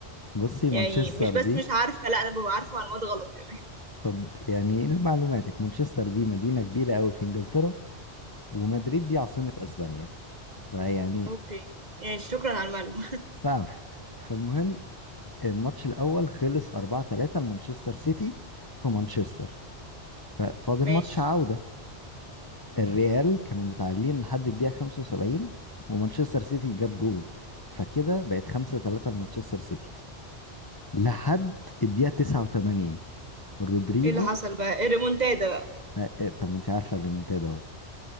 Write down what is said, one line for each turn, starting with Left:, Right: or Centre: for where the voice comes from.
Left: بصي
Right: يعني
Left: مانشستر
Right: مش بس
Left: دي
Right: مش عارفه لا انا ببقى عارفه معلومات غلط كمان
Left: طب يعني لمعلوماتك مانشستر دي مدينة كبيرة قوي في انجلترا ومدريد دي عاصمة اسبانيا فيعني
Right: اوكي يعني شكرا على المعلومه
Left: بقف فالمهم الماتش الاول خلص 4-3 لمانشستر سيتي في مانشستر ففاضل
Right: <laughs> ماشي
Left: ماتش عودة الريال كانوا متعادلين لحد الدقيقة 75 ومانشستر سيتي جاب جول فكده بقت 5-3 لمانشستر سيتي لحد الدقيقة 89 رودريجو
Right: ايه اللي حصل بقى الريمونتادا بقى
Left: آه، آه، طب ما انت عارفة الريمونتادا اهو